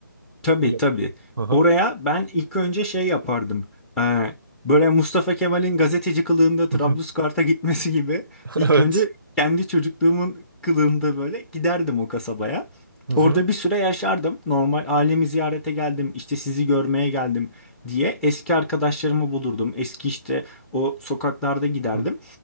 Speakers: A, in the centre; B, on the right (about 80°).
A: Tabii
B: Öyle.
A: tabii.
B: Hı hı.
A: Oraya ben ilk önce şey yapardım. Ee, böyle Mustafa Kemal'in gazeteci kılığında Trablusgarp'a
B: <laughs>
A: gitmesi gibi ilk
B: Evet.
A: önce kendi çocukluğumun kılığında böyle giderdim o kasabaya.
B: Hı hı.
A: Orada bir süre yaşardım. Normal ailemi ziyarete geldim, işte sizi görmeye geldim diye eski arkadaşlarımı bulurdum. Eski işte o sokaklarda giderdim.
B: Hı